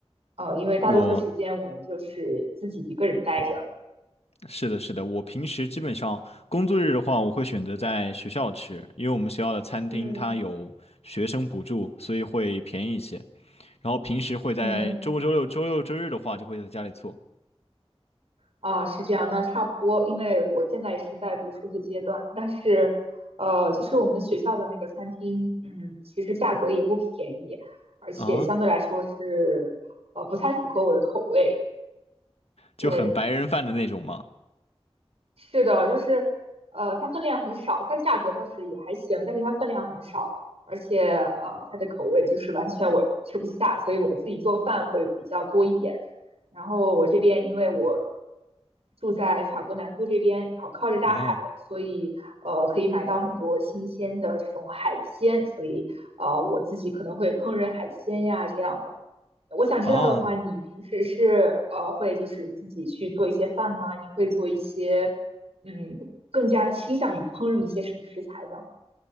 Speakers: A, on the right; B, on the left.
A: 呃，因为大多数时间我们就是自己一个人待着。
B: 我是的，是的，我平时基本上工作日的话，我会选择在学校吃，因为我们学校的餐厅它有学生补助，
A: 嗯
B: 所以会便宜一些。然后平时会在周五、
A: 嗯，
B: 周六、周六、周日的话，就会在家里做，
A: 啊，是这样，那差不多，因为我现在也是在读书的阶段，但是，呃，就是我们学校的那个餐厅，嗯，其实价格也不便宜，而且相对来说是，
B: 啊
A: 呃，不太符合我的口味。
B: 就很白人饭的那种嘛。
A: 对，是的，就是呃，它分量很少，它价格倒是也还行，但是它分量很少，而且呃，它的口味就是完全我吃不下，所以我自己做饭会比较多一点。然后我这边因为我住在法国南部这边，然后靠着大海，
B: 啊
A: 所以呃可以买到很多新鲜的这种海鲜，所以呃我自己可能会烹饪海鲜呀这样的。我想知道的话，
B: 啊！
A: 你平时是呃会就是自己去做一些饭吗？你会做一些嗯更加倾向于烹饪一些什么食材呢？